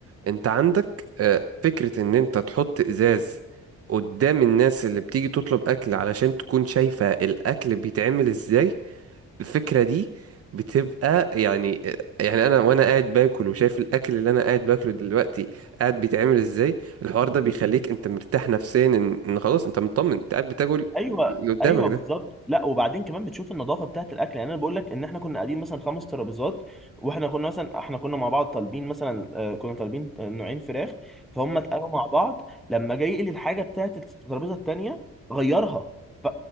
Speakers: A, on the right; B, in the centre.
A: انت عندك آه، فكرة ان انت تحط ازاز قدام الناس اللي بتيجي تطلب اكل علشان تكون شايفة الاكل بيتعمل ازاي الفكرة دي بتبقى يعني آه، يعني انا وانا قاعد باكل وشايف الاكل اللي انا قاعد باكله دلوقتي قاعد بيتعمل ازاي الحوار ده بيخليك انت مرتاح نفسيا ان ان خلاص انت مطمن انت قاعد بتاكل
B: ايوه
A: اللي قدامك
B: ايوه
A: ده
B: بالظبط لا وبعدين كمان بتشوف النظافه بتاعه الاكل يعني انا بقول لك ان احنا كنا قاعدين مثلا خمس ترابيزات واحنا كنا مثلا احنا كنا مع بعض طالبين مثلا آه، كنا طالبين آه، نوعين فراخ فهم اتقالوا مع بعض لما جاي يقلي الحاجه بتاعه الترابيزه التانيه غيرها ف-